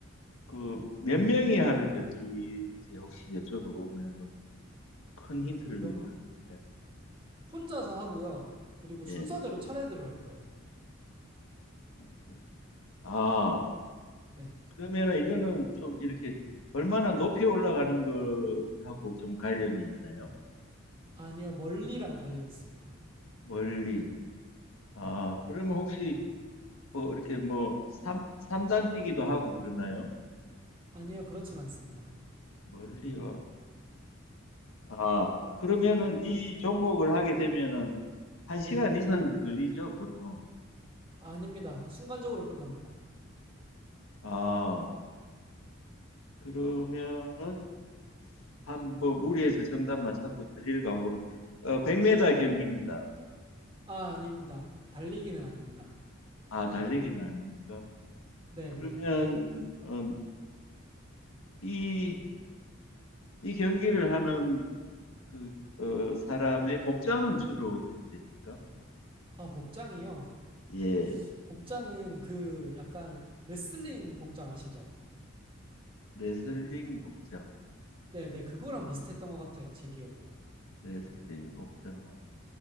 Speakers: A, on the left (about 80°); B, on the right (about 25°).
A: 그 몇 명이 하는 경기인지 혹시 여쭤보면 너무 큰 힌트를
B: 그 몇,
A: 요구하는 것 예.
B: 혼자서 하고요. 그리고
A: 같아요.
B: 순서대로 차례대로 할 거예요.
A: 예. 아,
B: 네.
A: 그러면은 이거는 좀 이렇게 얼마나 높이 올라가는 거하고 좀 관련이 있나요?
B: 아니요, 멀리랑 관련 있습니다.
A: 멀리. 아,
B: 네.
A: 그러면 혹시 뭐 이렇게 뭐 삼, 삼단 뛰기도 하고 그러나요?
B: 아니요, 그렇진 않습니다.
A: 멀리와. 아, 그러면은 이 종목을 하게 되면은 한시간
B: 네,
A: 이상 걸리죠, 보통.
B: 아닙니다. 순간적으로 끝납니다.
A: 아, 그러면은 한뭐 무리해서 정답 맞춰보고 틀릴 각오로 어, 100m 경기입니다.
B: 아, 아닙니다. 달리기는 아닙니다.
A: 아 달리기는 아닙니까?
B: 네,
A: 그러면
B: 네.
A: 어, 이, 이 경기를 하는 그 어, 사람의 복장은 주로 어떻게 됩니까?
B: 아, 복장이요.
A: 예,
B: 복장은 그 약간 레슬링 복장 아시죠?
A: 레슬링 복장,
B: 네, 네. 그거랑 비슷했던 것 같아요. 제 기억으로.
A: 레슬링 복장하고